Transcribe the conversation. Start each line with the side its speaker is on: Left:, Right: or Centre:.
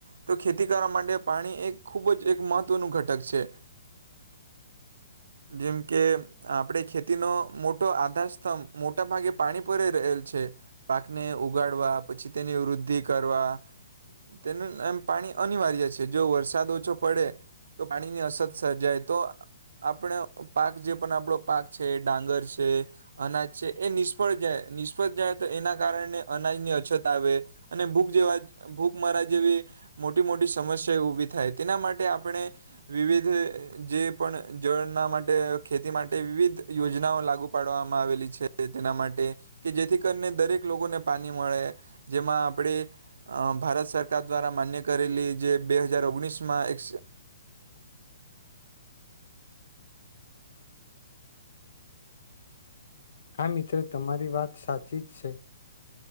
Right: તો ખેતી કરવા માટે પાણી એક ખૂબ જ એક મહત્વનું ઘટક છે, જેમ કે આપણે ખેતીનો મોટો આધારસ્તંભ મોટા ભાગે પાણી પર અહ રહેલ છે. પાકને ઉગાડવા પછી તેની વૃદ્ધિ કરવા તેને એમ પાણી અનિવાર્ય છે જો વરસાદ ઓછો પડે તો પાણીની અછત સર્જાય તો આપણે પાક જે પણ આપણો પાક છે, ડાંગર છે, અનાજ છે, એ નિષ્ફળ જાય, નિષ્ફળ જાય તો એના કારણે અનાજની અછત આવે. અને ભૂખ જેવા ભૂખ મરા જેવી મોટી-મોટી સમસ્યાઓ ઊભી થાય તેના માટે આપણે વિવિધ જે પણ જળના માટે ખેતી માટે વિવિધ યોજનાઓ લાગુ પાડવા માં આવેલી છે તેના માટે કે જેથી કરીને દરેક લોકોને પાણી મળે. જેમાં આપણે અહ ભારત સરકાર દ્વારા માન્ય કરેલી જે બે હજાર ઓગણીસમાં એક
Left: હા મિત્ર તમારી વાત સાચી જ છે.